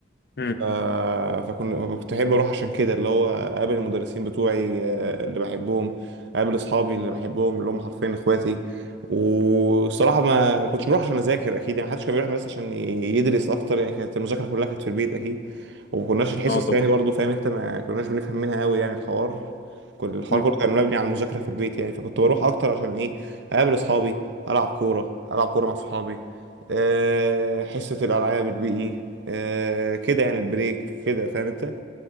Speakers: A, on the left (about 60°); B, on the right (about 75°).
A: امم
B: ف- فكنا كنت احب اروح عشان كده اللي هو اقابل المدرسين بتوعي آه، اللي بحبهم اقابل اصحابي اللي بحبهم اللي هم حرفيا اخواتي والصراحه ما كنتش بروح عشان اذاكر اكيد يعني محدش كان بيروح بس عشان يدرس اكتر يعني كانت المذاكره كلها كانت في البيت اكيد وما كناش الحصص
A: اه طبعا
B: يعني برضو فاهم انت ما كناش بنفهم منها قوي يعني الحوار كل الحوار
A: امم
B: كله كان مبني على المذاكره في البيت يعني فكنت بروح اكتر عشان ايه اقابل اصحابي العب كوره العب كوره مع اصحابي آه، حصه الالعاب البي اي آه كده يعني البريك كده فاهم انت